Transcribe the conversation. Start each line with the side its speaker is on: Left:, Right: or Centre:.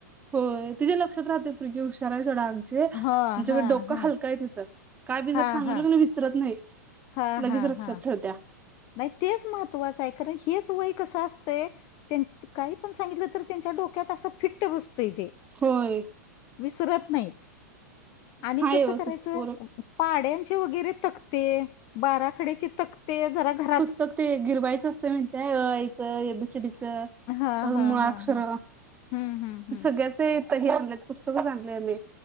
Right: होय, तिचेे लक्षात राहते पप्रीती हुशार आहे जरा आमची
Left: हा
Right: जिकडे
Left: हा
Right: डोकं
Left: हा
Right: हलका आहे तिचं. काय बी जर
Left: हा
Right: सांगल
Left: हा
Right: की नाही विसरत नाही
Left: हा
Right: लगेच
Left: हा
Right: लक्ष्यात
Left: हा
Right: ठेवत्या
Left: नाही तेच महत्त्वाचं आहे कारण हेच वय कसं असतंय त्यांच काही पण सांगितलं तर त्यांच्या डोक्यात असं फिट्ट बसतंय ते.
Right: होय.
Left: विसरत नाहीत आणि
Right: हाय
Left: कसं
Right: व्यवस्थित
Left: करायच
Right: पोर
Left: पाड्यांचे वगैरे तकते, बाराखड्याचे तकते जरा घरात
Right: तकते गिरवायचं असतंय म्हाईताय अ आ ई चं ए बी सी डी चं.
Left: हां,
Right: अ
Left: हां,
Right: मुळा
Left: हां,
Right: अक्षर
Left: हां. हं, हं, हं.
Right: सगळ्याचं ते ते हे आणल्यात पुस्तकच आणलय मी